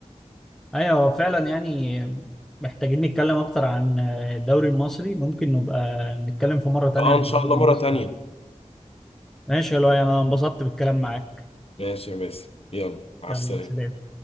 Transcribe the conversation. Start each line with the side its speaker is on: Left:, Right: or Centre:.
Centre: ايوه هو فعلا يعني محتاجين نتكلم اكتر عن الدوري المصري ممكن نبقى نتكلم في مرة تانية
Left: اه
Centre: عن
Left: ان
Centre: الدوري
Left: شاء الله
Centre: المصري
Left: مرة تانية
Centre: ماشي يا لؤي انا انبسطت بالكلام معاك
Left: ماشي يا باسم يلا مع
Centre: يلا
Left: السلامة
Centre: سلام